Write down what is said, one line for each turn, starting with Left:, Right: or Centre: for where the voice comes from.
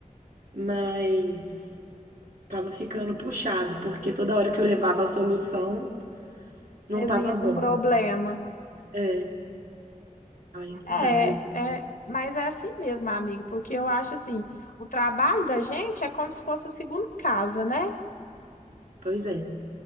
Right: Mas tava ficando puxado, porque toda hora que eu levava a solução, não
Left: Eles
Right: tava
Left: vinham
Right: bom.
Left: com problema.
Right: É, aí
Left: É,
Right: não dá. Aí,
Left: é, é, mas é assim mesmo, amiga, porque eu acho assim, o trabalho da gente é como se fosse a segunda casa, né?
Right: pois é,